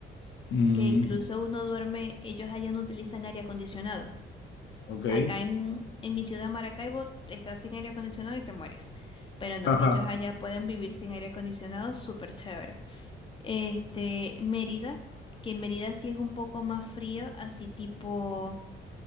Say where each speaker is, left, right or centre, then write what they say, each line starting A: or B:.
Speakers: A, on the left; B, on the left.
A: Mm,
B: que incluso uno duerme, ellos allá no utilizan aire acondicionado.
A: Ok.
B: Acá en, en mi ciudad, Maracaibo, estás sin aire acondicionado y te mueres. Pero no,
A: Ajá.
B: ellos allá pueden vivir sin aire acondicionado, súper chévere. Este, Mérida, que en Mérida sí es un poco más frío, así tipo,